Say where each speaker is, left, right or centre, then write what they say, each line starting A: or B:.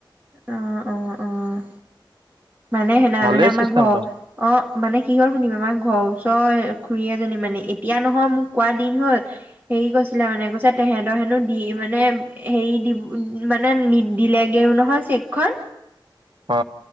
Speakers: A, on the right (about 20°); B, on the right (about 65°).
A: অ', অ', অ'। মানে সেনা
B: ভালেই
A: নানে আমাৰ
B: চিষ্টেমটো
A: ঘৰ অ মানে কি হল শুনিব আমাৰ ঘৰ ওচৰ খুৰী এজনী মানে এতিয়া নহয় মোক কোৱা দিন হ'ল হেৰি কৈছিলে মানে কৈছে তেহেঁতৰ হেনো দি মানে হেৰি দি মানে নি দিলেগেও নহয় চেকখন!
B: অ।